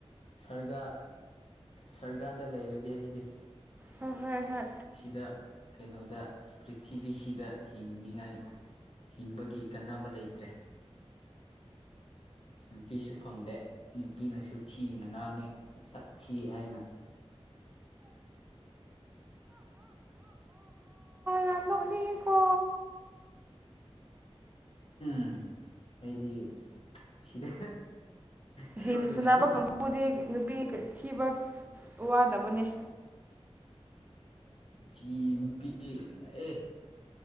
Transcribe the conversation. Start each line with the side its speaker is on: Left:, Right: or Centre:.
Left: ꯁꯥꯔꯒ ꯁꯔꯒꯥꯗ ꯂꯩꯔꯒꯦ ꯑꯩꯗꯤ
Right: ꯍꯣꯏ ꯍꯣꯏ ꯍꯣꯏ
Left: ꯁꯤꯗ ꯀꯩꯅꯣꯗ ꯄ꯭ꯔꯤꯊꯤꯕꯤꯁꯤꯗ ꯍꯤꯡꯅꯤꯉꯥꯏ ꯍꯤꯡꯕꯒꯤ ꯀꯥꯟꯅꯕ ꯂꯩꯇ꯭ꯔꯦ ꯅꯨꯄꯤꯁꯨ ꯐꯪꯗꯦ ꯅꯨꯄꯤꯅꯁꯨ ꯊꯤꯅ ꯉꯥꯡꯉꯦ ꯁꯛ ꯊꯤ ꯍꯥꯏꯅ
Right: ꯌꯥꯝ ꯅꯣꯛꯅꯤꯡꯉꯤꯀꯣ
Left: <unintelligible> ꯎꯝ ꯑꯩꯗꯤ ꯁꯤꯗ ꯏꯁꯣꯔꯗꯁꯨ
Right: ꯖꯤꯝ ꯁꯅꯥꯕ ꯀꯥꯡꯕꯨꯗꯤ ꯅꯨꯄꯤ ꯊꯤꯕ ꯋꯥꯗꯕꯅꯦ
Left: ꯊꯤ ꯅꯨꯄꯤ ꯑꯦ